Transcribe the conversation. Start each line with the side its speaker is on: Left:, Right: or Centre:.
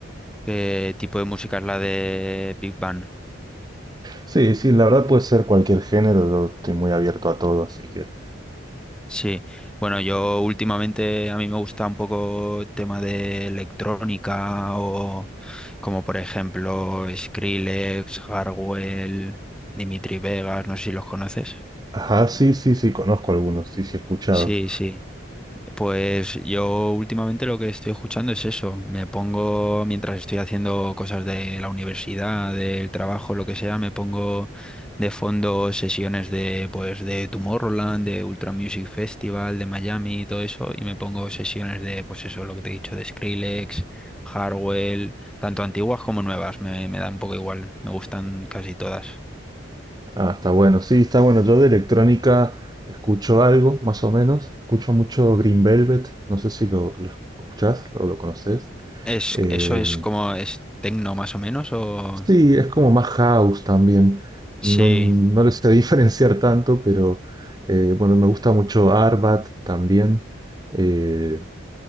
Centre: ¿Qué tipo de música es la de Big Bang?
Right: Sí, sí, la verdad puede ser cualquier género, yo estoy muy abierto a todo, así que...
Centre: Sí, bueno, yo últimamente a mí me gusta un poco el tema de electrónica o como por ejemplo Skrillex, Hardwell, Dimitri Vegas, no sé si los conoces.
Right: Ajá, sí, sí, sí, conozco algunos, sí, sí, he escuchado.
Centre: Sí, sí. Pues yo últimamente lo que estoy escuchando es eso. Me pongo, mientras estoy haciendo cosas de la universidad, del trabajo, lo que sea, me pongo de fondo sesiones de, pues, de Tomorrowland, de Ultra Music Festival, de Miami y todo eso, y me pongo sesiones de, pues eso, lo que te he dicho, de Skrillex, Hardwell, tanto antiguas como nuevas, me, me da un poco igual, me gustan casi todas.
Right: Ah, está bueno. Sí, está bueno. Yo de electrónica escucho algo, más o menos. Escucho mucho Green Velvet. No sé si lo, lo escuchás o lo conoces.
Centre: Es,
Right: Eh,
Centre: eso es como, es tecno más o menos, o...
Right: sí, es como más house también.
Centre: Sí.
Right: No, no lo sé <laughs> diferenciar tanto, pero eh, bueno, me gusta mucho Arbat también. Eh,